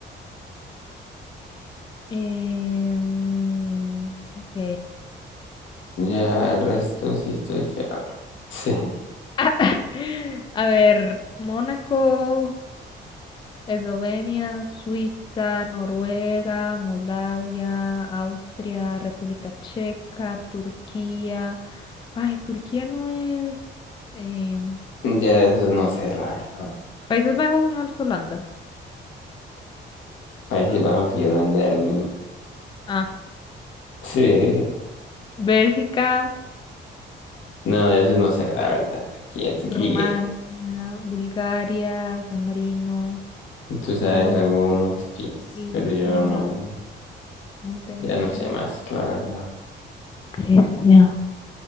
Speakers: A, on the left (about 25°); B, on the left (about 75°).
A: Em, ok.
B: Ya el resto sí estoy feo. Sí. <laughs>
A: <laughs> A ver, Mónaco, Eslovenia, Suiza, Noruega, Moldavia, Austria, República Checa, Turquía. Ay, Turquía no es... eh,
B: Ya eso no sé, la verdad.
A: Países Bajos no es Holanda.
B: Países
A: Ah, no.
B: Bajos y Holanda es lo mismo.
A: Ah,
B: <laughs> Sí.
A: Bélgica,
B: No, de eso no sé, la verdad. Aquí hasta aquí
A: Rumania,
B: llegué.
A: Bulgaria, San Marino,
B: Si tú sabes
A: Estonia,
B: algo, no te fíes.
A: Dinamarca,
B: Pero yo no,
A: Montenegro,
B: ya no sé más, la verdad.
A: Grecia.